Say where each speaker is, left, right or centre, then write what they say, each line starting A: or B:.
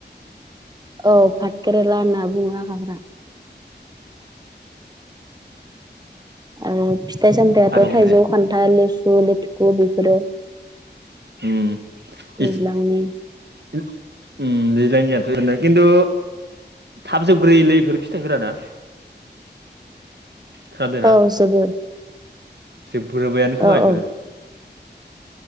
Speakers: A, on the right; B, on the right.
A: औ भाटकेरेला होनना बुङो हाखाफोरा। आरो फिथाइ सामथायाथ'
B: आरोबाव बुंदो
A: थाइजौ खान्थाल लेसु लेथुखु बिफोरो।
B: ओम
A: दैज्लांनि
B: इस। उम दैज्लांनिया खिनथु थाबजोबग्रोयोलै बेफोर फिथाइफोराना खोनादोंना
A: औ जोबो।
B: जोबग्रोबायानो खोमा
A: औ
B: बेफोरो
A: औ